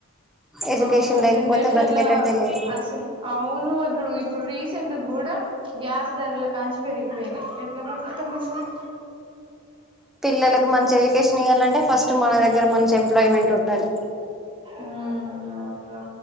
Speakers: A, in the centre; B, on the right.
A: ఎడ్యుకేషన్
B: అవును
A: లేకపోతే
B: జనరేషన్లా
A: బ్రతికేటట్టే లేదు
B: అస్సల్ అవును ఇప్పుడు ఇప్పుడు రీసెంట్ గూడా గ్యాస్ ధరలక్ కాల్చి బేరిగిపోయి ఎట్లా బత్కుతము అసలు
A: పిల్లలకు మంచి ఎడ్యుకేషన్ ఇయాలంటే ఫస్ట్ మన దగ్గర మంచి ఎంప్లాయ్మెంట్ ఉండాలి
B: మ్మ్ అవుండ్రా